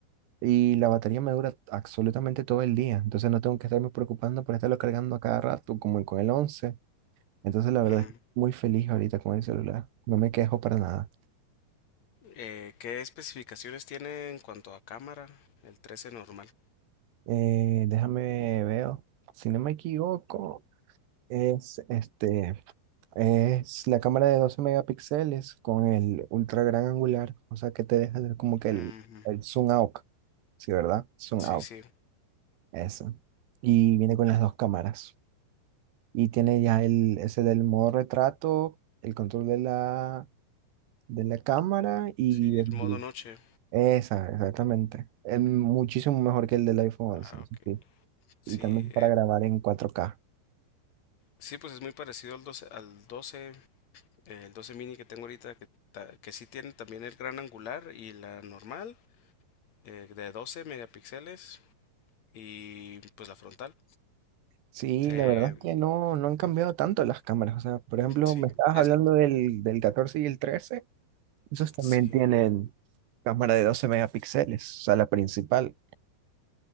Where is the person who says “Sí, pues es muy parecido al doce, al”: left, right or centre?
Left